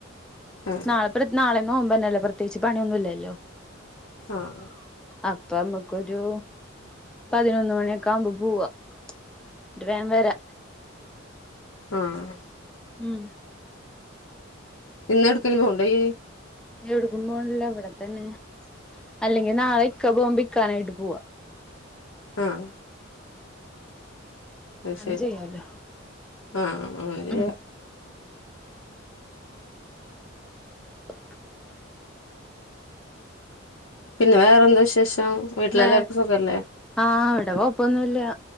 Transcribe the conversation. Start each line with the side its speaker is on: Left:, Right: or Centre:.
Left: ആ
Centre: നാളെ നാളെ നോമ്പന്നല്ലേ പ്രത്യേകിച്ച് പണിയൊന്നും ഇല്ലല്ലോ
Left: ആഹ്
Centre: അപ്പം നമ്മുക്കൊരു പതിനൊന്ന് മണിയൊക്കെ ആവുമ്പോ പോവാ എന്നിട്ട് വേഗം വരാ
Left: ആഹ്
Centre: ഉം
Left: ഇന്ന് എവിട്ക്കേലും പോവ്ണ്ടോ ഇജ്
Centre: എവിട്ക്കും പോണില്ല ഇവിടെത്തന്നെ. അല്ലെങ്കിൽ നാളെ ഇക്ക പോകുമ്പോ ഇക്കാനെ ആയിട്ട് പോവാ
Left: ആഹ് അയ്
Centre: അങ്ങനെ
Left: ശെരി
Centre: ചെയ്യാലോ
Left: ആഹ് അങ്ങനെ ചെയ്യാം
Centre: ഉം <unintelligible>
Left: പിന്നെ വേറെ എന്താ വിശേഷം വീട്ടിലെല്ലാവർക്കും
Centre: വേ
Left: സുഖല്ലേ
Centre: ആഹ് ഇവടെ കെയ്പ്പൊന്നുല്ലാ